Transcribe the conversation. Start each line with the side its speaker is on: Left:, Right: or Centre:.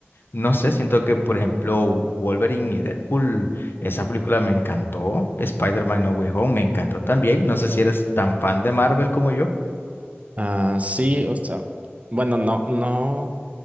Left: no sé, siento que por ejemplo Wolverine y Deadpool, esa película me encantó. Spider-Man No Way Home me encantó también. No sé si eres tan fan de Marvel como yo.
Right: Ah, sí, o sea, bueno, no, no,